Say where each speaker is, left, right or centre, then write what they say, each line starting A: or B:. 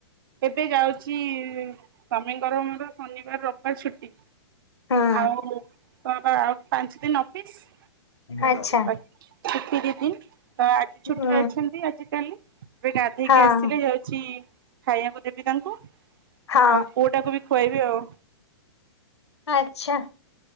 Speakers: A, on the right; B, on the left.
A: ଏବେ ଯାଉଛି ସ୍ୱାମୀଙ୍କର ମୋର ଶନିବାର ରବିବାର ଛୁଟି
B: ହୁଁ
A: ଆଉ <unintelligible> ଆଉ ପାଞ୍ଚ ଦିନ୍ ଅଫିସ ଆଉ
B: ଆଚ୍ଛା
A: ବାକି ଛୁଟି ଦି ଦିନ। ତ ଆଜି ଛୁଟିରେ
B: ହୁଁ
A: ଅଛନ୍ତି ଆଜି କାଲି ଏବେ ଗାଧେଇକି
B: ହଁ
A: ଆସିଲି ଯାଉଛି ଖାଇବାକୁ ଦେବି ତାଙ୍କୁ
B: ହଁ।
A: ଆଉ ପୁଅଟାକୁ ବି ଖୁଆଇବି ଆଉ।
B: ଆଚ୍ଛା